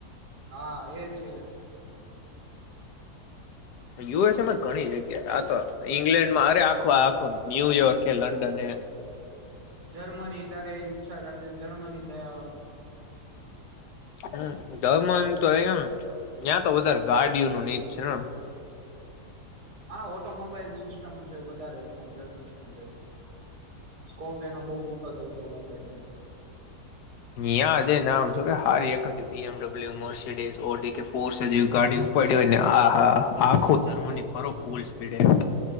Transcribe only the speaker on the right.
હા એ છે.
જર્મની તારે ઈચ્છા થ જર્મની જયાય.
હા ઓટોમોબાઈલ સિસ્ટમ છે, વધારે ત્યાં જર્મની. સ્કોપ એનો બહ મોટો જ હતો મોબાઈલ ન
નો